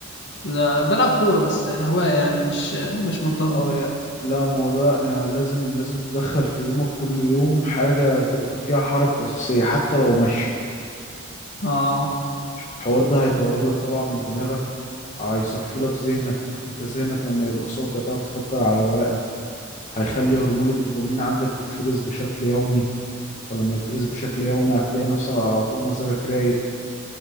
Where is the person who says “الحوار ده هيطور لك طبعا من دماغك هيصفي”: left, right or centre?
Left